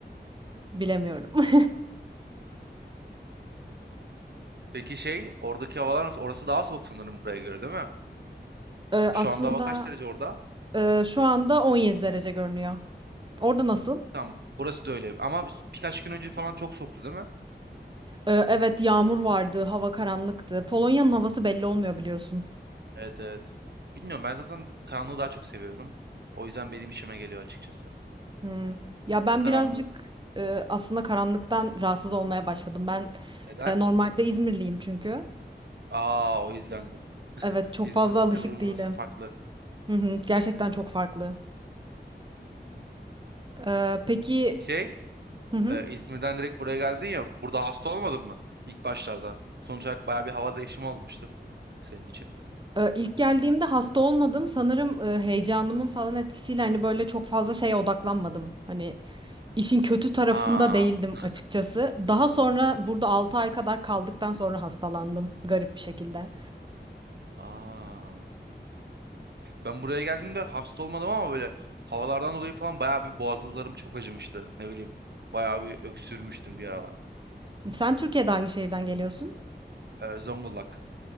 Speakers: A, on the right (about 25°); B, on the right (about 65°).
A: Bilemiyorum. <laughs>
B: Peki şey oradaki havalar nasıl? Orası daha soğuk sanırım buraya göre değil mi?
A: Ee,
B: Şu
A: aslında
B: anda hava kaç derece orada?
A: e, şu anda 17 derece görünüyor. Orada nasıl?
B: Tamam burası da öyle. Ama biz- birkaç gün önce falan çok soğuktu değil mi?
A: Ee, evet yağmur vardı, hava karanlıktı. Polonya'nın havası belli olmuyor biliyorsun.
B: Evet evet. Bilmiyorum ben zaten karanlığı daha çok seviyorum. O yüzden benim işime geliyor açıkçası.
A: Hmm. Ya ben
B: Karanlığı.
A: birazcık e, aslında karanlıktan rahatsız olmaya başladım. Ben
B: Neden?
A: e, normalde İzmirliyim çünkü.
B: Aa o yüzdendir. <laughs>
A: Evet çok
B: İzmir'in
A: fazla
B: havası
A: alışık
B: ile buranın
A: değilim.
B: havası farklı.
A: Hı hı, gerçekten çok farklı. Ee, peki
B: Peki şey
A: hı hı.
B: e, İzmir'den direkt buraya geldin ya burada hasta olmadın mı? İlk başlarda. Sonuç olarak baya bir hava değişimi olmuştur senin için.
A: Ee, İlk geldiğimde hasta olmadım. Sanırım e, heyecanımın falan etkisiyle hani böyle çok fazla şeye odaklanmadım. Hani işin kötü tarafında
B: Ha.
A: değildim
B: <laughs>
A: açıkçası. Daha sonra burada 6 ay kadar kaldıktan sonra hastalandım garip bir şekilde.
B: Aa. Ben buraya geldiğimde hasta olmadım ama böyle havalardan dolayı falan bayağı bir boğazlarım çok acımıştı. Ne bileyim bayağı bir öksürmüştüm bir aralar.
A: Sen Türkiye'de hangi şehirden geliyorsun?
B: Ee, Zonguldak.